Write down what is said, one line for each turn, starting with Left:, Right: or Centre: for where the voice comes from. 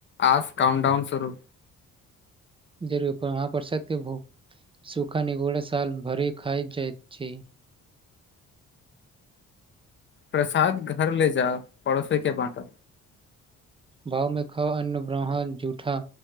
Left: आज काउनडाउन शुरू
Right: जरूरपर महापसाद के भोग सुखा निगोरा साल भरी खाय जाइत छै
Left: प्रसाद घर ले जा पड़ोसी के बाँटअ
Right: भावमे खाव अन्न ब्राह्मण जूठा